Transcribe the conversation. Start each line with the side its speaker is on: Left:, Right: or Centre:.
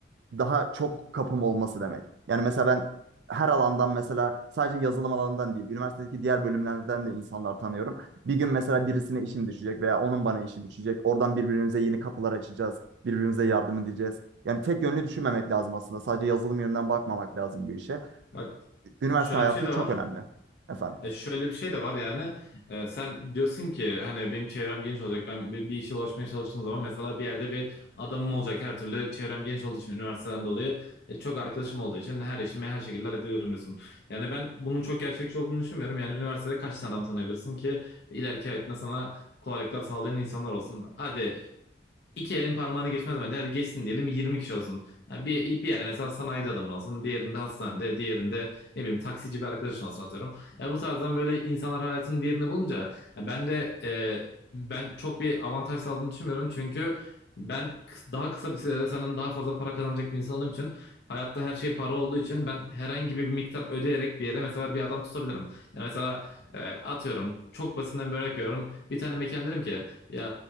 Right: daha çok kapım olması demek. Yani mesela ben her alandan mesela sadece yazılım alanından değil, üniversitedeki diğer bölümlerden de insanlar tanıyorum. Bir gün mesela birisine işim düşecek veya onun bana işi düşecek. Oradan birbirimize yeni kapılar açacağız, birbirimize yardım edeceğiz. Yani tek yönlü düşünmemek lazım aslında. Sadece yazılım yönünden bakmamak lazım bu işe.
Left: Bak
Right: Üniversite
Left: şöyle
Right: hayatı
Left: bir şey de
Right: çok
Left: var.
Right: önemli efendim.
Left: E şöyle bir şey de var yani E, sen diyorsun ki hani benim çevrem geniş olacak ben bir, bir işe ulaşmaya çalıştığım zaman mesela bir yerde bir adamım olacak her türlü çevrem geniş olduğu için üniversiteden dolayı e, çok arkadaşım olduğu için her işimi her şekilde halledebilirim diyorsun. Yani ben bunun çok gerçekçi olduğunu düşünmüyorum yani üniversitede kaç tane adam tanıyabilirsin ki ileriki hayatında sana kolaylıklar sağlayan insanlar olsun. Hadi İki elin parmağını geçmez bence. Hadi geçsin diyelim 20 kişi olsun. Yani bir, bir yerde mesela sanayide adamın olsun. Diğerinde hastanede. Diğerinde ne bileyim taksici bir arkadaşın olsun atıyorum. Ya bu tarzdan böyle insanlar hayatının bir yerini bulunca ya ben de e, ben çok bir avantaj sağladığını düşünmüyorum. Çünkü ben kıs- daha kısa bir sürede senden daha fazla para kazanacak bir insan olduğum için hayatta her şey para olduğu için ben herhangi bir miktar ödeyerek bir yere mesela bir adam tutabilirim. Yani mesela e, atıyorum çok basitinden bir örnek veriyorum. Bir tane mekan derim ki ya